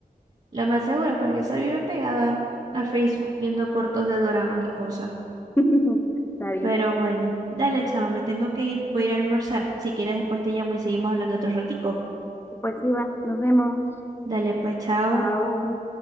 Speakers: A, on the right (about 50°); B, on the left (about 15°).
A: la más segura, porque esa vive pegada a Facebook viendo cortos de doramas y cosas.
B: <laughs> está bien,
A: Pero bueno, dale, chama, me tengo que ir, voy a ir a almorzar. Si quieres, después te llamo y seguimos hablando otro ratico.
B: pues sí va, nos vemos,
A: Dale, pues, chao.
B: chao.